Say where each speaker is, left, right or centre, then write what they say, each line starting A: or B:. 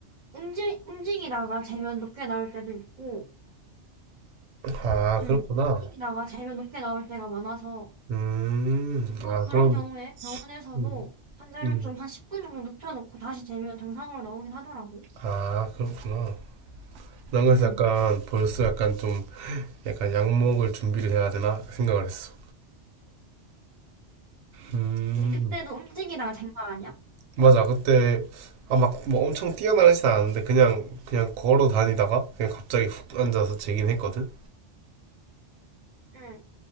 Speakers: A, on the right (about 40°); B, on the right (about 75°).
A: 움직 움직이다가 재면 높게 나올 때도 있고
B: 아,
A: 응,
B: 그렇구나.
A: 움직이다가 재면 높게 나올 때가 많아서
B: 음.
A: 보통
B: 아,
A: 그런
B: 그럼
A: 경우에 병원에서도
B: 음.
A: 환자를
B: 음.
A: 좀 한 10분 정도 눕혀놓고 다시 재면 정상으로 나오긴 하더라고.
B: 아, 그렇구나. 난 그래서
A: 응.
B: 약간 벌써 약간 좀 약간 약 먹을 준비를 해야 되나 생각을 했어. 음.
A: 근데 그때도 움직이다가 잰 거 아니야?
B: 맞아. 그때 아, 막, 뭐 엄청 뛰어나르진 않았는데, 그냥, 그냥 걸어 다니다가, 그냥 갑자기 훅 앉아서 재긴 했거든?
A: 응.